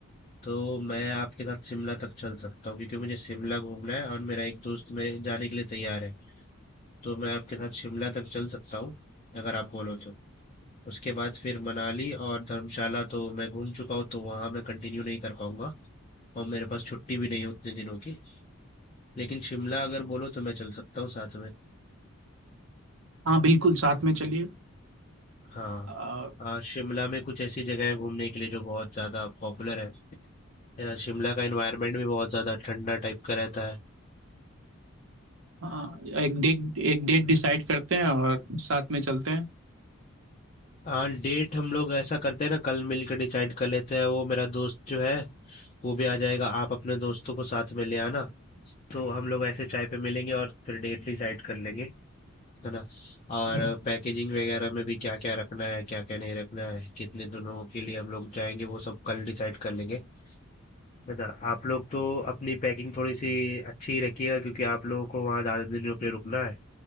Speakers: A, on the left; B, on the right.
A: तो मैं आपके साथ शिमला तक चल सकता हूँ क्योंकि मुझे शिमला घूमना है और मेरा एक दोस्त मेरे जाने के लिए तैयार है तो मैं आपके साथ शिमला तक चल सकता हूँ अगर आप बोलो तो उसके बाद फिर मनाली और धर्मशाला तो मैं घूम चुका हूँ तो वहां मैं कंटिन्यू नहीं कर पाऊंगा और मेरे पास छुट्टी भी नहीं है उतने दिनों की लेकिन शिमला अगर बोलो तो मैं चल सकता हूँ साथ में
B: हाँ बिल्कुल साथ में चलिए
A: हाँ
B: आ,
A: हाँ शिमला में कुछ ऐसी जगह है घूमने के लिए जो बहुत ज्यादा पॉपुलर है है ना शिमला का एनवायरनमेंट भी बहुत ज्यादा ठंडा टाइप का रहता है
B: हाँ एक डेट एक डेट डिसाइड करते हैं और साथ में चलते
A: हाँ डेट हम लोग ऐसा करते हैं ना कल मिलकर डिसाइड कर लेते हैं वो मेरा दोस्त जो है वो भी आ जाएगा आप अपने दोस्तों को साथ में ले आना तो हम लोग ऐसे चाय पे मिलेंगे और फिर डेट डिसाइड कर लेंगे है ना और
B: हैं
A: पैकेजिंग वगैरह में भी क्या क्या रखना है क्या क्या नहीं रखना है कितने दिनों के लिए हम लोग जाएंगे वो सब कल डिसाइड कर लेंगे है ना आप लोग तो अपनी पैकिंग थोड़ी सी अच्छी ही रखिएगा क्योंकि आप लोगों को वहाँ ज़्यादा दिन रुक रुकना है